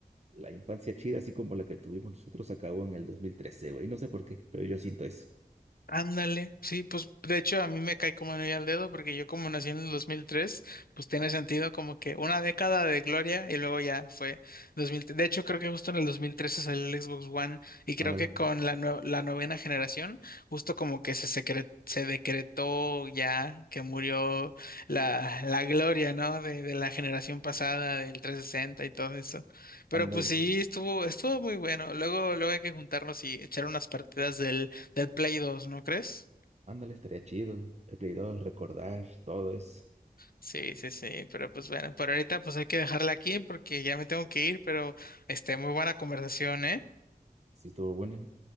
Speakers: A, on the right (about 45°); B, on the left (about 70°).
A: la infancia chida, así como la que tuvimos nosotros, acabó en el 2013, güey, no sé por qué, pero yo siento eso.
B: Ándale, sí, pues de hecho a mí me cae como anillo al dedo porque yo como nací en el dos mil tres pues tiene sentido como que una década de gloria y luego ya fue 2003. De hecho creo que justo en el 2013 salió el Xbox One y creo
A: Ándale,
B: que con la, nue- la novena generación justo como que se, secre- se decretó ya que murió la, la gloria, ¿no? De, de la generación pasada del 360 y todo eso. Pero
A: ándale,
B: pues sí, estuvo, estuvo muy bueno. Luego, luego hay que juntarnos y echar unas partidas del Play dos ¿no crees?
A: ándale, estaría chido. El Play 2, recordar, todo eso.
B: Sí, sí, sí, pero pues bueno, por ahorita pues hay que dejarla aquí porque ya me tengo que ir, pero este, muy buena conversación, ¿eh?
A: Sí, estuvo bueno.